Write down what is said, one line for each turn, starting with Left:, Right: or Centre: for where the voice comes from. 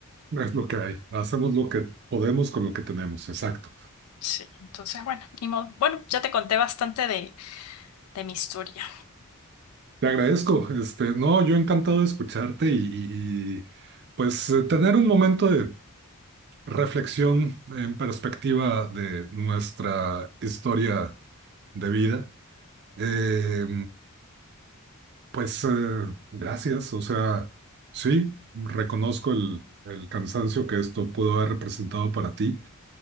Right: Es lo que hay. Hacemos lo que podemos con lo que tenemos. Exacto.
Left: Sí, entonces, bueno, ni modo. Bueno, ya te conté bastante de, de mi historia.
Right: Te agradezco. Este, no, yo encantado de escucharte y, y- y, pues eh, tener un momento de reflexión en perspectiva de nuestra historia de vida. Eh, pues eh, gracias, o sea, sí, reconozco el, el cansancio que esto pudo haber representado para ti.